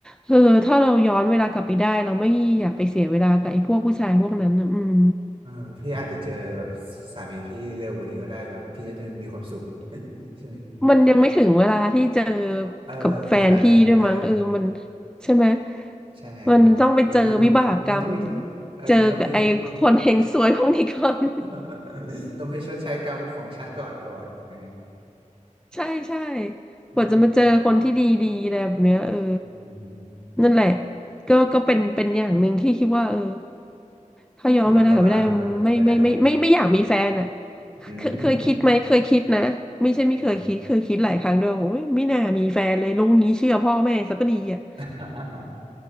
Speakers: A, in the centre; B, on the right.
A: เออถ้าเราย้อนเวลากลับไปได้เราไม่อยากไปเสียเวลากับไอ้พวกผู้ชายพวกนั้นนะอืม
B: เออพี่อาจจะเจอแบบสามีพี่เร็วกว่านี้ก็ได้แบบพี่จะได้มีความสุขใช่ไหม
A: มันยังไม่ถึงเวลาที่เจอ
B: เออหรืออาจจะเออ
A: กับแฟนพี่ด้วยมั้งเออมันใช่ไหม
B: ใช่
A: มันต้องไปเจอวิบากกรรม
B: มันมันมันต้องมีเออมันต้องมี
A: เจอกับไอ้คนเฮงซวยพวกนี้ก่อน
B: <laughs> ต้องไปชดใช้กรรมของชาติก่อนก่อนเออ
A: <laughs> ใช่ใช่
B: อืม
A: กว่าจะมาเจอคนที่ดีๆอะไรแบบเนี้ยเออ
B: อืมอืม
A: นั่นแหละก็ก็เป็นเป็นอย่างหนึ่งที่คิดว่าเออถ้าย้อนเวลากลับไปได้ไม่ไม่ไม่ไม่ไม่ไม่อยากมีแฟนอ่ะ
B: ถ้าย้อนกลับเวลากลับไปกลับไปได้เนาะอืม
A: เคยเคยคิดไหมเคยคิดนะไม่ใช่ไม่เคยคิดเคยคิดหลายครั้งด้วยโอ้ยไม่น่ามีแฟนเลยลุงนี้เชื่อพ่อแม่ซะก็ดีอ่ะ
B: อืม <laughs>